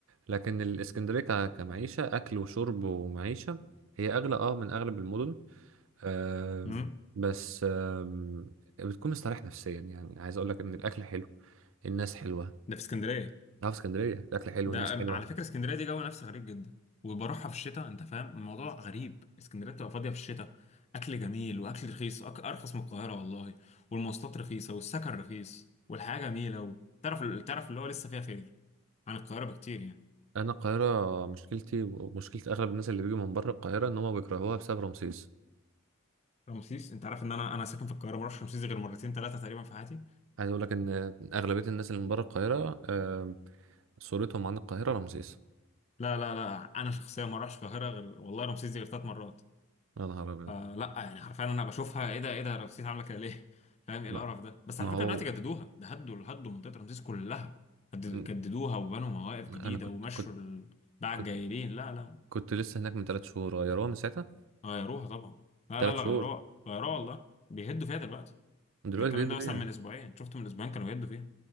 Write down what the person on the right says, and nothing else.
لكن الاسكندريه ك... كمعيشه اكل وشرب ومعيشه هي اغلى اه من اغلب المدن آه
بس آه بتكون مستريح نفسيا يعني عايز اقول لك ان الاكل حلو الناس حلوه
لا في اسكندريه الاكل حلو
الناس حلوه
انا القاهره مشكلتي ومشكله اغلب الناس اللي بيجوا من بره القاهره ان هم بيكرهوها بسبب رمسيس
عايز اقول لك ان اغلبيه الناس اللي من بره القاهره آم، صورتهم عن القاهره رمسيس
يا نهار ابيض
ما
ما
هو
م-
انا كنت
كنت
كنت
كنت لسه هناك من ثلاث شهور غيروها من ساعتها
ثلاث
شهور
دلوقتي
بيبدوا
بيها